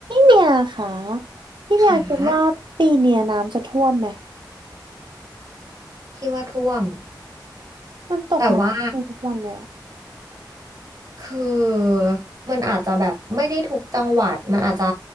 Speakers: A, on the right; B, on the right.
A: เมียค่ะพี่เมียคิดว่าปีเนี้ยน้ำจะท่วมไหม
B: ขาที่ว่าท่วม
A: มันตกหนักทุกวันเลยอะ
B: แต่ว่าคือมันอาจจะแบบไม่ได้ทุกจังหวัดมันอาจจะ